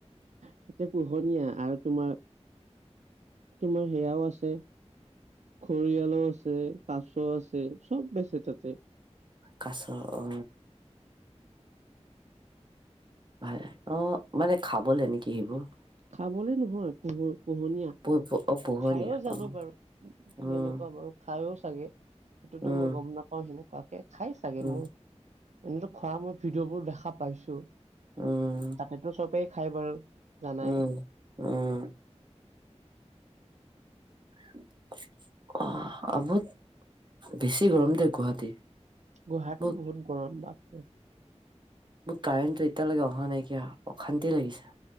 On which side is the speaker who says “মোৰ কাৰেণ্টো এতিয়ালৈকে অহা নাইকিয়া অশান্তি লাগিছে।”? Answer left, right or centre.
Right